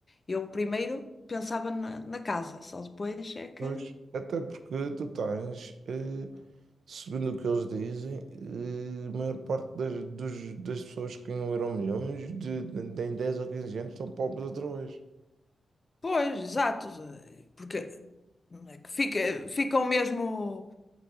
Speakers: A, on the left; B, on the right.
A: eu primeiro pensava na, na casa, só depois é que.
B: Pois, até porque tu tens, eh, segundo o que eles dizem, eh, a maior parte das, dos- das pessoas que ganham Euromilhões de, de, de em 10 ou 15 anos estão pobres outra vez.
A: Pois, exato, eh, porque não é que fica, ficam mesmo.